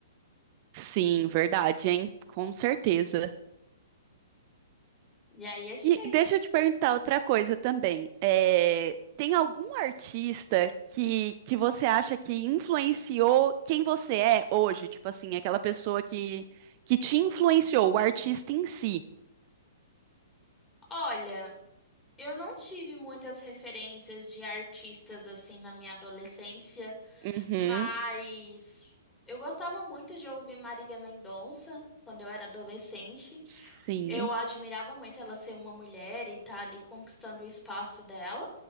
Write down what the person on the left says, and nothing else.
E aí, acho
que é isso.
Olha, eu não tive muitas referências de artistas assim na minha adolescência,
mas eu gostava muito de ouvir Marília Mendonça quando eu era adolescente.
Eu admirava muito ela ser uma mulher e estar ali conquistando o espaço dela,